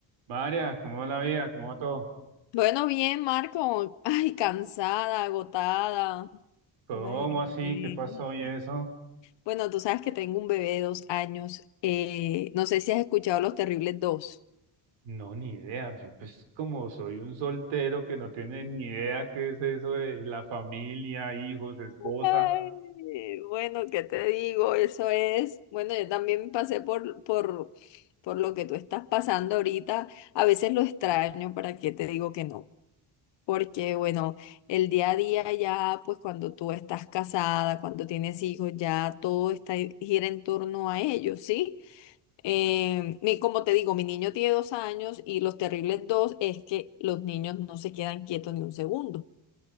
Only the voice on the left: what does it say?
Bueno, bien, Marco. <laughs> Ay, cansada, agotada.
Imagínate.
Bueno, tú sabes que tengo un bebé de dos años. Eh, no sé si has escuchado Los Terribles dos.
Ay, bueno, ¿qué te digo? Eso es. Bueno, yo también pasé por, por, por lo que tú estás pasando ahorita. A veces lo extraño, ¿para qué te digo que no? Porque, bueno, el día a día ya, pues cuando tú estás casada, cuando tienes hijos, ya todo está, gira en torno a ellos, ¿sí? Eh, mi- como te digo, mi niño tiene dos años y los terribles dos es que los niños no se quedan quietos ni un segundo.